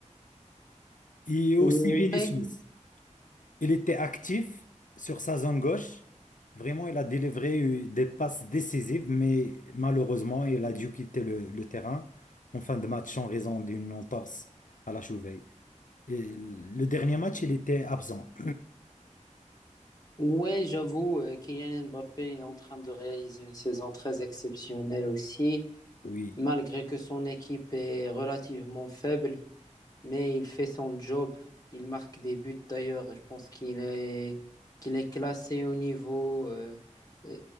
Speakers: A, on the left; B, on the left.
A: Et aussi
B: Ouais,
A: Vinicius. Il était actif sur sa zone gauche. Vraiment, il a délivré euh, des passes décisives, mais malheureusement, il a dû quitter le, le terrain en fin de match en raison d'une entorse à la cheville. Et le dernier match, il était absent.
B: ouais, j'avoue, euh, Kylian Mbappé il est en train de réaliser une saison très exceptionnelle aussi,
A: Oui.
B: malgré que son équipe est relativement faible, mais il fait son job. Il marque des buts d'ailleurs. Je pense qu'il est, qu'il est classé au niveau, euh, euh,